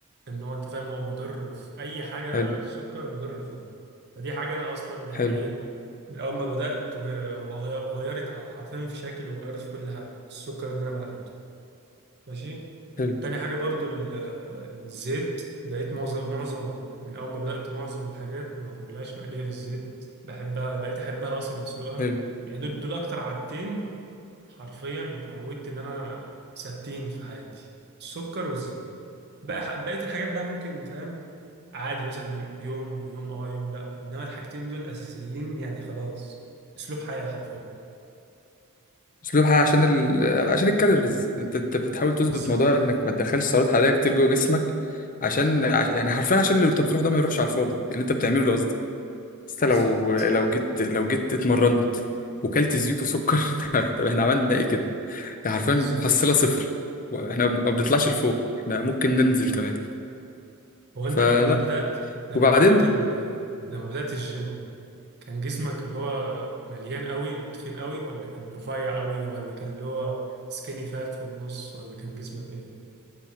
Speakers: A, on the right; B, on the left.
A: إن هو أنت فاهم هو مضر في أي حاجة
B: حلو
A: السكر مضر فيها فدي حاجة أنا أصلا يعني
B: حلو
A: إيه من أول ما بدأت وهي- وغي- وغيرت على- حرفيا في شكلي وغيرت في كل حاجة السكر إن أنا منعته ماشي
B: حلو
A: تاني حاجة برضو ال- الزيت بقيت معظم معظم من أول ما بدأت معظم الحاجات ما باكلهاش مقلية في الزيت بحبها بقيت أحبها أصلا مسلوقة
B: حلو
A: يعني دول دول أكتر عادتين حرفيا اتعودت إن أنا ثابتين في حياتي السكر والزيت بقى بقية الحاجات بقى ممكن فاهم عادي مثلا يوم يوم يوم اه يوم لا انما الحاجتين دول اساسيين يعني خلاص اسلوب حياة حرفيا
B: اسلوبها عشان ال... عشان الكالوريز انت انت بتحاول تظبط
A: بالظبط
B: موضوع انك ما تدخلش سعرات حراريه كتير جوه جسمك عشان عش- يعني حرفيا عشان اللي انت بتروح ده ما يروحش على الفاضي اللي انت بتعمله ده قصدي بس انت
A: بالظبط
B: لو لو جيت لو جيت اتمرنت وكلت زيوت وسكر <laughs> طب احنا عملنا ايه كده ده حرفيا
A: بالظبط
B: محصله صفر واحنا ما بنطلعش لفوق احنا ممكن ننزل كمان
A: هو انت
B: فلا
A: لما جي- بدأت لما
B: وبعدين
A: بدأت ال... لما بدأت الجيم كان جسمك اللي هو مليان قوي تخين قوي ولا كان رفيع قوي ولا كان اللي هو سكيني فات في النص ولا كان جسمك ايه